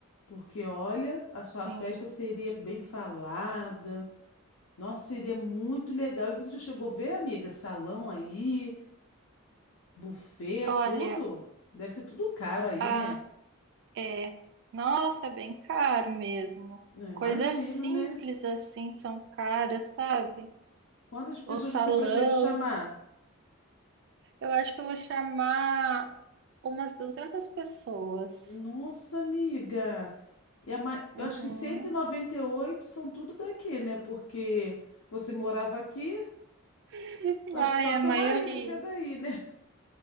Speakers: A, on the left; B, on the right.
A: Porque, olha, a
B: sim.
A: sua festa seria bem falada. Nossa, seria muito legal. E você já chegou a ver, amiga? Salão aí, buffet,
B: Olha,
A: tudo? Deve ser tudo caro aí,
B: ah,
A: né?
B: é. Nossa, é bem caro mesmo.
A: Não imagino,
B: Coisas simples
A: né?
B: assim são caras, sabe?
A: Quantas pessoas
B: O salão.
A: você pretende chamar?
B: Eu acho que eu vou chamar umas 200 pessoas.
A: Nossa, amiga. É ma-
B: Uhum.
A: Eu acho que cento e e noventa e oito são tudo daqui, né? Porque você morava aqui,
B: <laughs>
A: eu acho
B: Ai,
A: que só seu
B: a maioria.
A: marido que é daí, né?